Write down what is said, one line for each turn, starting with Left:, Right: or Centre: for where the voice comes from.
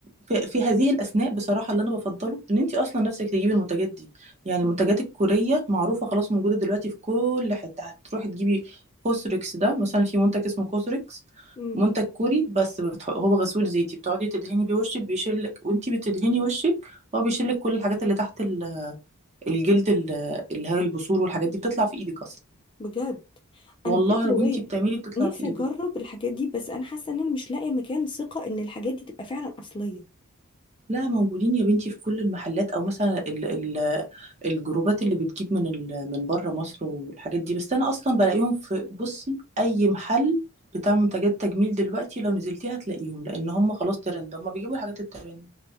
Right: في, في هذه الأثناء بصراحة اللي أنا بفضله إن أنت أصلا نفسك تجيبي المنتجات دي يعني
Left: مم.
Right: المنتجات الكورية معروفة خلاص موجودة دلوقتي في كل حتة هتروحي تجيبي كوسريكس ده مثلا في منتج اسمه كوسريكس
Left: مم.
Right: منتج كوري بس بتح... هو غسول زيتي بتقعدي تدهني بيه وشك بيشيلك وانتي بتدهني وشك هو بيشيلك كل الحاجات اللي تحت ال- الجلد ال- اللي هي البثور والحاجات دي بتطلع في ايدك اصلا
Left: بجد
Right: والله
Left: انا بجد
Right: لو
Left: والله
Right: انتي بتعملي بتطلع
Left: نفسي
Right: في ايدك
Left: اجرب الحاجات دي بس انا حاسه ان انا مش لاقيه مكان ثقه ان الحاجات دي تبقى فعلا اصليه
Right: لا موجودين يا بنتي في كل المحلات او مثلا ال ال الجروبات اللي بتجيب من ال من بره مصر والحاجات دي بس انا اصلا بلاقيهم في بصي اي محل بتاع منتجات تجميل دلوقتي لو نزلتيها هتلاقيهم لان هم خلاص ترند هم بيجيبوا الحاجات الترند